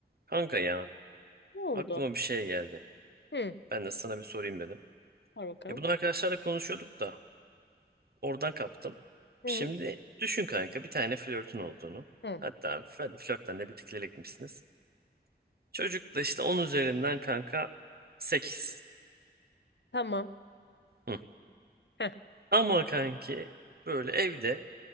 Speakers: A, on the right; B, on the left.
A: Kanka ya
B: Ne oldu?
A: aklıma bir şey geldi.
B: Hı.
A: Ben de sana bir sorayım dedim.
B: Var bakalım.
A: Ya bunu arkadaşlarla konuşuyorduk da oradan kaptım.
B: Hı.
A: Şimdi düşün kanka bir tane flörtün olduğunu.
B: Hı.
A: Hatta hadi flörtten de bir tık ileri gitmişsiniz. Çocuk da işte on üzerinden kanka sekiz
B: Tamam.
A: Hı.
B: Heh.
A: Ama kanki böyle evde